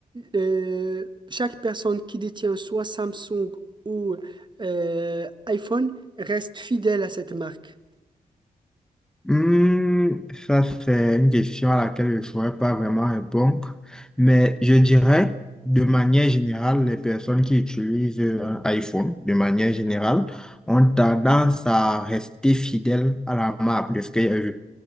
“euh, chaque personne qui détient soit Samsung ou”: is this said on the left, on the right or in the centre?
Right